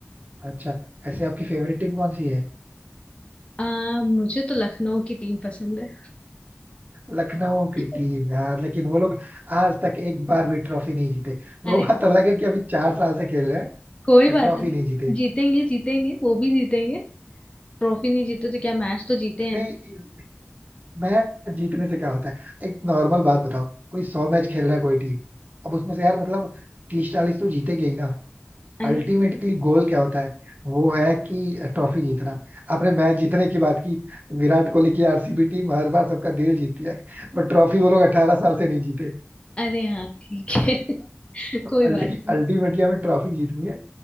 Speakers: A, on the right; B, on the left.
A: अच्छा ऐसे आपकी फेवरेट टीम कौन सी है
B: अ, मुझे तो लखनऊ की टीम पसंद है
A: लखनऊ की
B: <laughs>
A: टीम यार लेकिन वो लोग आज तक एक बार भी ट्रॉफी नहीं जीते
B: अरे
A: वो बात अलग है कि अभी चार साल से खेल रहे हैं
B: कोई
A: पर ट्रॉफी
B: बात नहीं
A: नहीं जीते
B: जीतेंगे जीतेंगे वो भी जीतेंगे ट्रॉफी नहीं जीते तो क्या मैच तो जीते हैं
A: नहीं मैच जीतने से क्या होता है एक नॉर्मल बात बताओ कोई सौ मैच खेल रहा है कोई टीम अब उसमें से यार मतलब तीस चालीस तो जीतेगी ही ना
B: अरे
A: अल्टीमेटली गोल क्या होता है वो है कि ट्रॉफी जीतना आपने मैच जीतने की बात की विराट कोहली की आरसीबी टीम हर बार सबका दिल जीतती है बट ट्रॉफी वो लोग अठारह साल से नहीं जीते
B: अरे हाँ ठीक है <laughs> कोई
A: अल्टीमेटली
B: बात नहीं
A: हमें ट्रॉफी जीतनी है